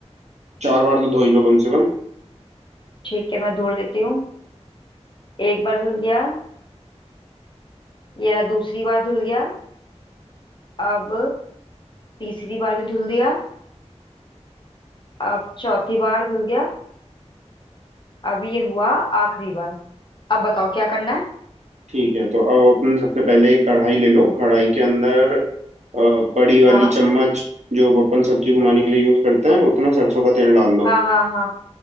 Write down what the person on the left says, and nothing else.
ठीक है मैं धुल लेती हूँ एक बार धुल गया ये रहा दूसरी बार धुल गया अब तीसरी बार भी धुल दिया अब चौथी बार धुल गया अब ये हुआ आखिरी बार अब बताओ क्या करना है
हाँ
हाँ हाँ हाँ